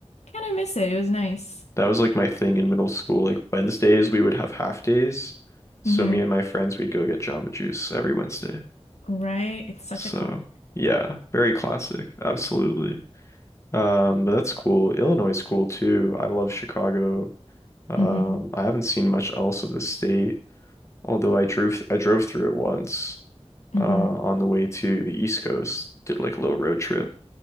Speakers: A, on the left; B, on the left.
A: of kind of miss it. It was nice.
B: That was like my thing in middle school. Like Wednesdays we would have half days. So
A: hmm
B: me and my friends we'd go get Jamba Juice every Wednesday.
A: Right? It's such
B: So
A: a class.
B: yeah, very classic. Absolutely. Um, but that's cool. Illinois is cool too. I love Chicago. Um,
A: hmm
B: I haven't seen much else of the state, although I drove I drove through it once,
A: hmm
B: uh, on the way to the East Coast. Did like a little road trip,